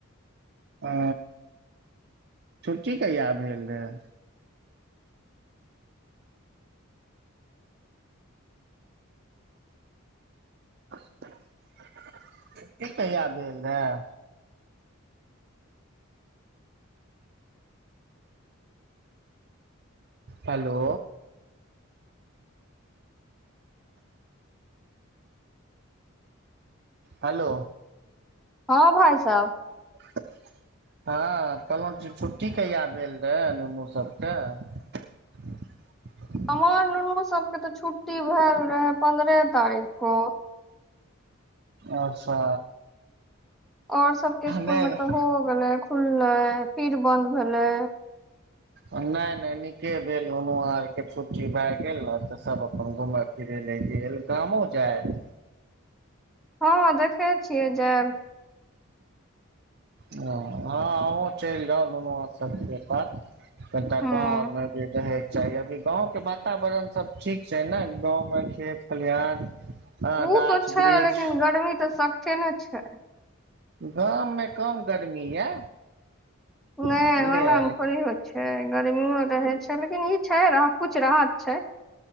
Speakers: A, on the right (about 50°); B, in the centre.
A: ओ छुट्टी कहिया भेल रहै छुट्टी कहिया भेल रहै हेलो हेलो
B: हँ भाइ साब
A: <inaudible> हँ कहलौं की छुट्टी कहिया भेल रहै नुन्नू सबके <inaudible>
B: हमर नुनू सबके तऽ छुट्टी भेल रहै पंन्द्रह तारीख को
A: अच्छा
B: आओर सबके स्सकुल
A: नहि
B: मे तऽ हो गेलै खुललै फिर बंद भेले
A: नय नय नीके भेल नुनू आरके छुट्टी भए गेल न तऽ सभ अपन घुमैय फिरै ले गेल गामो जाइत
B: हँ देखै छियै जैब
A: ओ हँ अहुँ चलि जाउ नुनूआं सबके साथ कनिटा
B: हूँ
A: गाँव आर मे जे रहै। चाही अभी गाँवके वातावरण सभ ठीक छै ने गाँवमे खेत खलिहान हँ
B: उ
A: गाछ
B: तो छै
A: वृक्ष
B: लेकिन गर्मी तऽ सगठे ने छै
A: गाममे कम गर्मी ये
B: नय
A: बुझलियै
B: ओना मे थोरही होत छै गर्मियो रहै छै लेकिन ई छै कुछ राहत छै